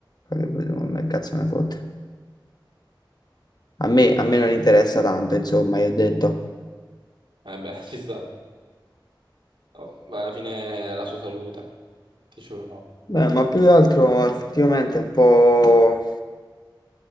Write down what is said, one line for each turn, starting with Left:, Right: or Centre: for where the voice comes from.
Left: fa che vedo, ma che cazzo me ne fotte. A me, a me non interessa tanto, insomma, io ho detto,
Right: Eh beh, <laughs> ci sta. Oh, ma alla fine è la sua salute. Che ci vuole fare?
Left: Beh, ma più che altro effettivamente è un po'...